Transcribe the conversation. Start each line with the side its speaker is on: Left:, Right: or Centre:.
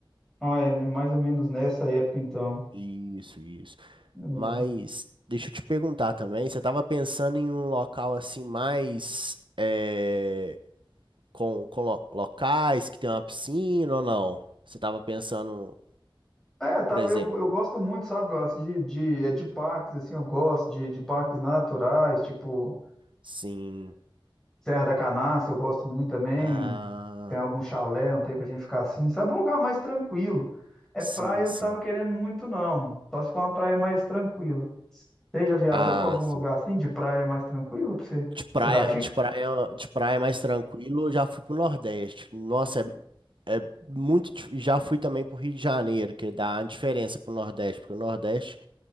Centre: Ah, é, né, mais ou menos nessa época, então.
Right: Isso, isso.
Centre: Hum.
Right: Mas deixa eu te perguntar também, você estava pensando em um local assim mais é, com, com lo- locais que tem uma piscina ou não? Você estava pensando,
Centre: É, tá,
Right: por
Centre: eu,
Right: exemplo,
Centre: eu gosto muito, sabe, Wallace, de, de, é, de parques, assim, eu gosto de, de parques naturais, tipo
Right: sim.
Centre: Serra da Canastra, eu gosto muito também.
Right: Ah,
Centre: Tem algum chalé, não tem pra gente ficar assim. Sabe um lugar mais tranquilo. É
Right: sim,
Centre: praia, eu
Right: sim.
Centre: não tava querendo muito, não. Só se for uma praia mais tranquila. Você já viajou
Right: Ah,
Centre: pra algum
Right: sim.
Centre: lugar assim, de praia mais tranquila, pra você,
Right: De praia,
Centre: você dar dica?
Right: de praia, de praia mais tranquilo, eu já fui pro Nordeste. Nossa, é, é muito. dif- Já fui também pro Rio de Janeiro, que dá uma diferença pro Nordeste, porque o Nordeste